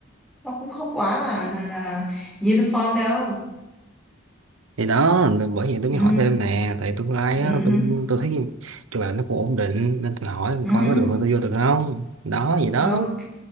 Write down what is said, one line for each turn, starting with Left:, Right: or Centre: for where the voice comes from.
Centre: nó cũng không quá là là là uniform đâu
Right: thì đó bởi vậy tôi
Centre: ừ
Right: mới hỏi thêm nè tại tương lai
Centre: ừ
Right: á,
Centre: ừ
Right: tôi tôi thấy chỗ làm nó cũng ổn định nên tôi hỏi
Centre: ừ
Right: coi
Centre: ừ.
Right: có được là tôi vô được không đó gì đó
Centre: Ok,